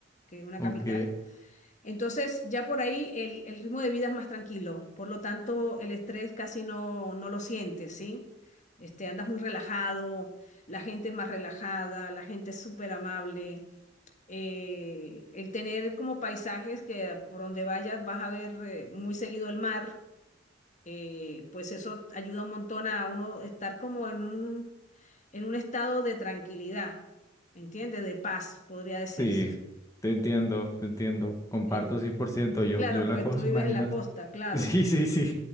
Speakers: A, on the left; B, on the left.
A: que es una
B: Ok,
A: capital. Entonces, ya por ahí el, el ritmo de vida es más tranquilo, por lo tanto, el estrés casi no, no lo sientes, ¿sí? Este, andas muy relajado, la gente es más relajada, la gente es súper amable. eh, el tener como paisajes que por donde vayas vas a ver eh, muy seguido el mar, eh, pues eso ayuda un montón a uno estar como en un, en un estado de tranquilidad, ¿entiendes? De paz, podría decirse.
B: sí, te entiendo, te entiendo, comparto
A: En-
B: 100%. yo,
A: claro,
B: yo en
A: porque
B: la cosa,
A: tú vives
B: imagínate.
A: en la costa,
B: <laughs>
A: claro.
B: Sí, sí, sí.